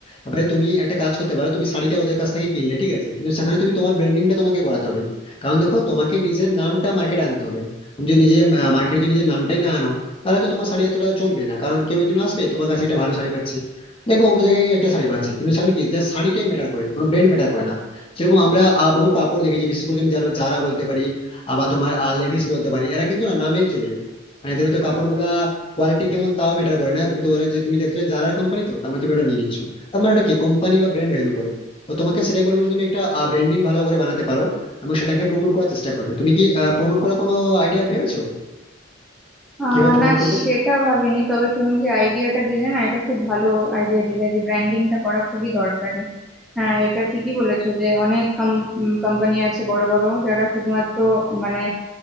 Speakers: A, on the left; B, in the centre.
A: এবারে তুমি একটা কাজ করতে পারো তুমি শাড়িটা ওদের কাছ থেকে কিনলে ঠিক আছে কিন্তু সেখানে তুমি তোমার ব্র্যান্ডিংটা তোমাকে করাতে হবে কারণ দেখো তোমাকে নিজের নামটা মার্কেটে আনতে হবে তুমি যদি নিজে মার্কেটে যদি নিজের নামটাই না আনো তাহলে তো তোমার শাড়ি এতটা চলবে না কারণ কেউ একজন আসবে তোমার কাছে একটা ভালো শাড়ি পাচ্ছে দেখবো অন্য জায়গায় গিয়ে একটা শাড়ি পাচ্ছে কিন্তু সেখানে কি জাস্ট শাড়িটাই ম্যাটার করে কোনো ব্র্যান্ড ম্যাটার করে না সেরকম আমরা আহ, বহু কাপড় দেখেছি বিশেষ করে তুমি জানো জারা বলতে পারি আবার তোমার লেভিস বলতে পারি এরা কিন্তু না নামে চলে মানে এদের তো কাপড়গুলা কোয়ালিটি কেমন তাও ম্যাটার করে না কিন্তু ওরা যে তুমি দেখছো যে জারার কোম্পানি তো তার মানে তুমি ওটা নিয়ে নিচ্ছ তার মানে ওটা কি কোম্পানি বা ব্র্যান্ড ভ্যালু করে তো তোমাকে সেটাই বলবো যে তুমি একটা ব্র্যান্ডিং ভালো করে বানাতে পারো এবং সেটাকে প্রমোট করার চেষ্টা করবে তুমি কি প্রমোট করার কোনো আইডিয়া ভেবেছো
B: আহ
A: কিভাবে প্রমোট
B: না
A: করবে
B: সেটা ভাবিনি তবে তুমি যে আইডিয়াটা দিলে না এটা খুব ভালো আইডিয়া দিলে যে ব্র্যান্ডিংটা করা খুবই দরকারি হ্যাঁ এটা ঠিকই বলেছো যে অনেক কোম্পানি আছে বড় বড় যারা শুধুমাত্র মানে